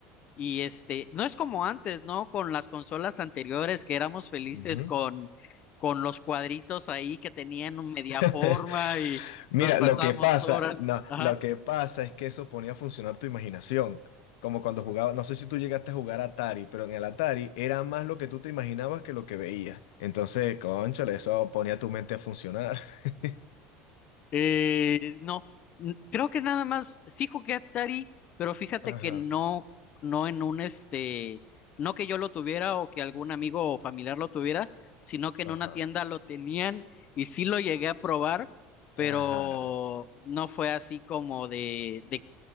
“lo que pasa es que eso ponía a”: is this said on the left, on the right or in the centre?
Left